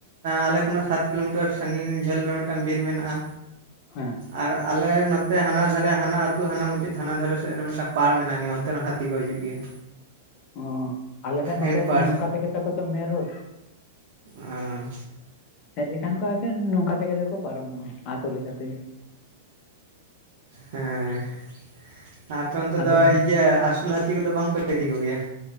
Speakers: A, on the right; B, on the left.
A: ᱟᱞᱮ ᱠᱷᱚᱱᱟᱜ ᱥᱟᱛ ᱠᱤᱞᱳ ᱢᱤᱴᱟᱨ ᱥᱟᱺᱜᱤᱧ ᱡᱷᱟᱹᱞ ᱨᱮ ᱢᱤᱫ ᱴᱟᱝ ᱵᱤᱨ ᱢᱮᱱᱟᱜᱼᱟ᱾
B: ᱦᱮᱸ
A: ᱟᱨ ᱟᱞᱮ ᱱᱚᱛᱮ ᱦᱟᱱᱟ ᱫᱷᱟᱨᱮ ᱦᱟᱱᱟ ᱟᱹᱛᱩ ᱦᱟᱱᱟ ᱢᱩᱪᱟᱹᱫ ᱦᱟᱱᱟ ᱫᱷᱟᱨᱮ ᱥᱮᱫ ᱨᱮ ᱢᱤᱫᱴᱟᱝ ᱯᱟᱲ ᱢᱮᱱᱟᱜ ᱱᱤᱭᱟᱹ ᱚᱱᱛᱮ ᱨᱮ ᱚᱸ ᱦᱟᱹᱛᱤ ᱠᱚ ᱦᱤᱡᱩᱜ ᱜᱮᱭᱟ᱾
B: ᱚᱸ ᱟᱞᱮ ᱥᱮᱫ ᱢᱟᱛᱚ
A: ᱮᱸᱠ ᱯᱟᱲ
B: ᱱᱚᱝᱠᱟ ᱛᱮ ᱜᱮ ᱛᱟᱠᱚ ᱛᱚ ᱢᱮᱱ ᱨᱳᱰ
A: ᱟᱸ
B: ᱦᱮᱡ ᱞᱮᱠᱷᱟᱱ ᱠᱚ ᱟᱫᱮ ᱱᱚᱝᱠᱟ ᱛᱮ ᱜᱮ ᱛᱚ ᱠᱚ ᱯᱟᱨᱚᱢᱚᱜᱼᱟ ᱟᱛᱳ ᱞᱮᱠᱟ ᱛᱮ ᱜᱮ
A: ᱦᱮᱸ ᱟᱯᱮ ᱚᱱᱛᱮ
B: ᱟᱫᱚ
A: ᱫᱚ ᱤᱭᱟᱹ ᱟᱹᱥᱩᱞ ᱦᱟᱹᱛᱤ ᱠᱚᱫᱚ ᱵᱟᱝ ᱠᱚ ᱤᱫᱤ ᱠᱚᱜᱮᱭᱟ᱾